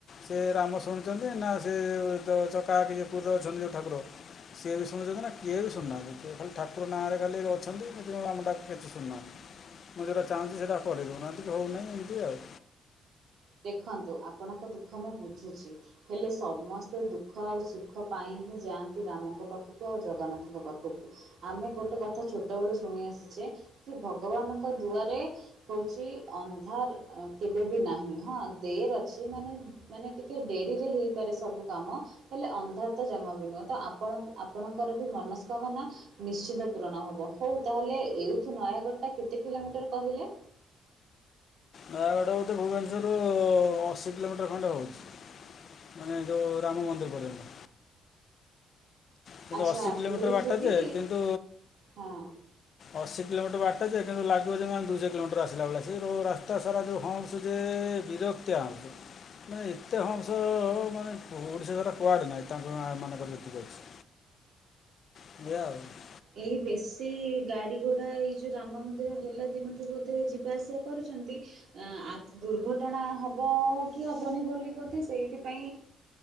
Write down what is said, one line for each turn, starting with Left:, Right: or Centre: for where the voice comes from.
Left: ସେ ରାମ ଶୁଣୁଛନ୍ତି ନା ସେ ଚକାଆଖି ଯେ ପୁରୀ ରେ ଅଛନ୍ତି ଯୋଉ ଠାକୁର। ସିଏ ବି ଶୁଛନ୍ତି ନା କିଏ ବି ଶୁନାହାନ୍ତି କି ଖାଲି ଠାକୁର ନାଁରେ ଖାଲି ଅଛନ୍ତି ଆମଟାକୁ କେତେ ଶୁନାହାନ୍ତି। ମୁଁ ଯଉଟା ଚାହୁଁଛି ସେଇଟା କରିଦଉନାହାନ୍ତି ହଉନାହିଁ ଏମିତି ଆଉ।
Right: ଦେଖନ୍ତୁ ଆପଣଙ୍କ ଦୁଃଖ ମୁଁ ବୁଝୁଛି? ହେଲେ ସମସ୍ତେ ଦୁଃଖ ଆଉ ସୁଖ ପାଇଁ ହିଁ ଯାଆନ୍ତି ରାମଙ୍କ ପାଖକୁ ଆଉ ଜଗନ୍ନାଥଙ୍କ ପାଖକୁ। ଆମେ ଗୋଟେ କଥା ଛୋଟବେଳୁ ଶୁଣି ଆସିଛେ କି ଭଗବାନଙ୍କ ଦୁଆରେ ହଉଛି ଅନ୍ଧାର କେବେ ବି ନାହିଁ। ହଁ ଦେଡେର୍ ଅଛି ମାନେ ମାନେ ଟିକେ ଡେରିରେ ହେଇପାରେ ସବୁ କାମ। ହେଲେ ଅନ୍ଧାର ତ ଜମା ବି ନୁହେଁ ତ ଆପଣ ଆପଣଙ୍କର ବି ମନସ୍କାମନା ନିଶ୍ଚିନ୍ତ ପୂରଣ ହବ ହଉ ତାହେଲେ ଏଇଠୁ ନୟାଗଡ଼ ଟା କେତେ କିଲୋମିଟର କହିଲେ?
Left: ନୟାଗଡ଼ ହେଉତେ ଭୁବନେଶ୍ୱରରୁ ଅଶୀ କିଲୋମିଟର ଖଣ୍ଡେ ହେଉନି। ମାନେ ଯେଉଁ ରାମ ମନ୍ଦିର ପର୍ଯ୍ୟନ୍ତ। କିନ୍ତୁ
Right: ଆଚ୍ଛା
Left: ଅଶୀ କିଲୋମିଟର
Right: ପୁରୀଠୁ
Left: ବାଟା
Right: ବି
Left: ଯେ କିନ୍ତୁ
Right: ହଁ
Left: ଅଶୀ କିଲୋମିଟର ବାଟ ଯେ କିନ୍ତୁ ଲାଗିବ ଯେେ ଦୁଇଶହ କିଲୋମିଟର ଆସିଲାେଳେ ସେଉ ରାସ୍ ସାରା ଯଉ ହୁ ଯେ ବିରକ୍ତି ଆଉକୁ। ମାନେ ଏତେ ହଂସ ମାନେ ଓଡ଼ିଶା ଦାରା କୁଆଡ଼େ ନାହିଁ ତାଙ୍କ ମାନଙ୍କର ଯେତିକି ଅଛି। ବଉ।
Right: ଏଇ ବେଶୀ ଗାଡ଼ି ଘୋଡ଼ା ଏଇ ଯେଉଁ ରାମ ମନ୍ଦିର ହେଲା ଦିନଠୁ ବୋଧେ ଯିବା ଆସିବା କରୁଛନ୍ତି। ଅ ଦୁର୍ଘଟଣା ହବ କି ହବନି ବୋଲି ବୋଧେ ସେଇଥିପାଇଁ